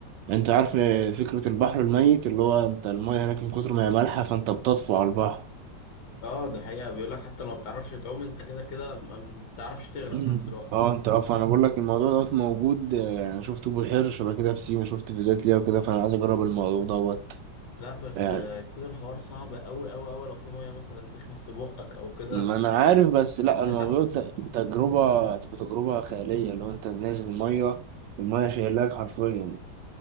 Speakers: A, on the right (about 75°); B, on the left (about 70°).
A: انت عارف آه، فكرة البحر الميت اللي هو انت المية هناك من كتر ما هي مالحة فانت بتطفو على البحر
B: اه ده حقيقة بيقول لك حتى لو ما بتعرفش تعوم انت كده كده ما ما بتعرفش تغرق
A: مم.
B: في نفس الوقت
A: اه انت اه فانا بقول لك الموضوع دوت موجود آه، انا شفته بحيرة شبه كده في سينا شفت فيديوهات ليها وكده فانا عايز اجرب الموضوع دوت
B: لا بس
A: يعني
B: آه، يكون الحوار صعب قوي قوي قوي لو في مية مثلا دخلت في بقك او كده
A: ما
B: انت
A: انا عارف بس لا الموضوع
B: تتعب
A: ت- تجربة تبقى تجربة خيالية اللي هو انت نازل المية المية شايلاك حرفيا